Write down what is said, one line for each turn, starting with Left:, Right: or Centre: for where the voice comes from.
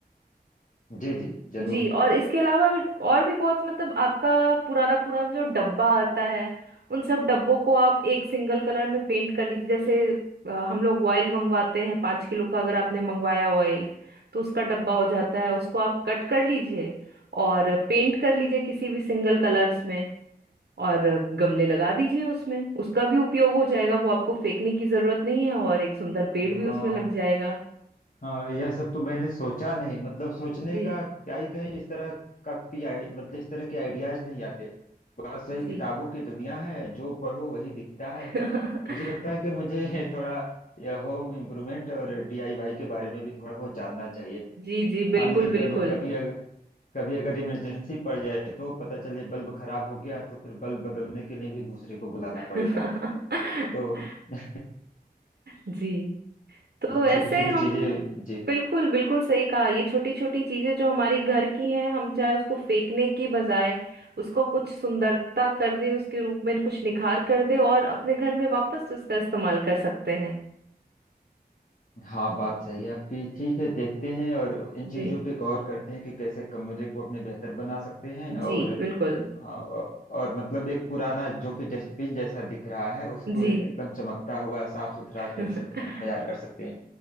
Left: जी जी जरूर
Right: जी और इसके अलावा भी- और भी बहुत मतलब आपका पुराना पुराना जो डब्बा आता है उन सब डब्बों को आप एक सिंगल कलर में पेंट कर लीजिए जैसे अ, हम लोग ऑयल मंगवाते हैं पाँच किलो का अगर आपने मंगवाया ऑयल तो उसका डब्बा हो जाता है उसको आप कट कर लीजिए और पेंट कर लीजिए किसी भी सिंगल कलर्स में और गमले लगा दीजिए उसमें उसका भी उपयोग हो जाएगा वो आपको फेंकने की जरूरत नहीं है और एक सुंदर पेड़
Left: वाह
Right: भी उसमें लग जाएगा
Left: हाँ यह सब तो मैंने सोचा नहीं मतलब सोचने
Right: जी
Left: का क्या ही कहें इस तरह का कि आई- मतलब इस तरह के आइडियाज नहीं आते बस वही
Right: जी
Left: किताबों की दुनिया है जो पढ़ो वही दिखता
Right: <laughs>
Left: है मुझे लगता है कि मुझे <laughs> थोड़ा यह होम इम्प्रूवमेंट और डीआईवाई के बारे में भी थोड़ा बहुत जानना चाहिए
Right: जी जी बिल्कुल
Left: मान लीजिए
Right: बिल्कुल
Left: कभी कभी अगर कभी अगर इमरजेंसी पड़ जाए तो पता चले बल्ब खराब हो गया तो फिर बल्ब बदलने के लिए भी दूसरे को बुलाना पड़ेगा
Right: <laughs>
Left: तो <laughs>
Right: जी तो ऐसे
Left: छोटी छोटी
Right: हम
Left: चीजें जी
Right: बिल्कुल बिल्कुल सही कहा ये छोटी छोटी चीजें जो हमारी घर की हैं हम चाहे उसको फेंकने की बजाय उसको कुछ सुंदरता कर दें उसके रूप में कुछ निखार कर दें और अपने घर में वापस से उसका इस्तेमाल कर सकते हैं
Left: हाँ बात सही है आपकी ठीक है देखते हैं और इन चीज़ों
Right: जी
Left: पे गौर करते हैं कि कैसे कमरे को अपने बेहतर बना सकते हैं और
Right: जी बिल्कुल
Left: आ, और मतलब एक पुराना जो कि डस्टबिन जैसा दिख रहा है उसको
Right: जी
Left: एकदम चमकता हुआ साफ सुथरा कैसे
Right: <laughs>
Left: त- तैयार कर सकते हैं